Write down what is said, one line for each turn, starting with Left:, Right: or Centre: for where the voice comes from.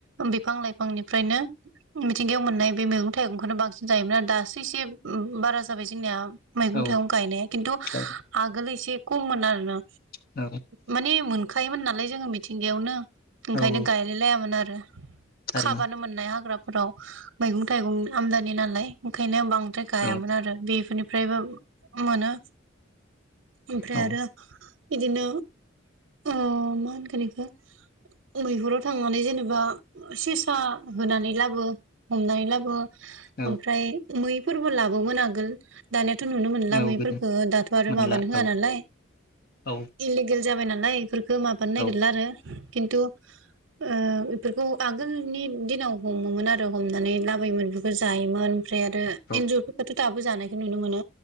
Right: बिफां लाइफांनिफ्रायनो मिथिंगायाव मोननाय बे मैगं थाइगंखौनो बांसिन जायोमोन दासो एसे बारा जाबाय जोंनिया मैगं
Left: औ
Right: थाइगं गायनाया खिन्थु
Left: औ
Right: आगोल एसे खुम मोन आरो ना
Left: औ
Right: माने मोनखो थाखायोमोन नालाय जोङो मिथिंगायावनो
Left: औ
Right: खायनो
Left: औ
Right: गाइलाय लायामोन आरो ओ
Left: थारैनो
Right: खाबानो मोननाय हाग्रा फोराव मैगं थाइगं आमदानि नालाय ओंखायनो बां द्राय गायामोन
Left: औ
Right: आरो बेफोरनि फ्रायबो मोनो ओमफ्राय
Left: औ
Right: आरो बिदिनो ओ मा होनगोन इखौ मैहुराव थांनानै जेनेबा सेसा होनानै लाबो हमनानै लाबो
Left: औ
Right: ओमफ्राय मैफोरबो लाबोगोन आगोल दानिया थ' नुनो मोनला
Left: औ
Right: मैफोरफोरखौ
Left: गोजोन
Right: दाथ' आरो
Left: मोनला
Right: माबानो होआ
Left: औ
Right: नालाय
Left: औ
Right: इलिगेल जाबाय नालाय बेफोरखौ माबानो नागिरला
Left: औ
Right: आरो खिन्थु ओ बेफोरखौ आगोलनि दिनाव हमोमोन आरो हमनानै लाबोयोमोन बेफोरखौ जायोमोन। ओमफ्राय आरो
Left: औ
Right: एन्जरफोर फाथो दाबो जानायखौ नुनो मोनो।